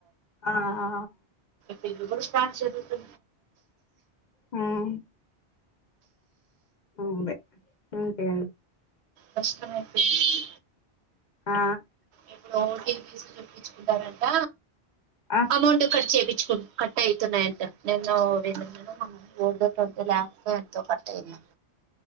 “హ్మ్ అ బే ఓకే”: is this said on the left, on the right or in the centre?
Left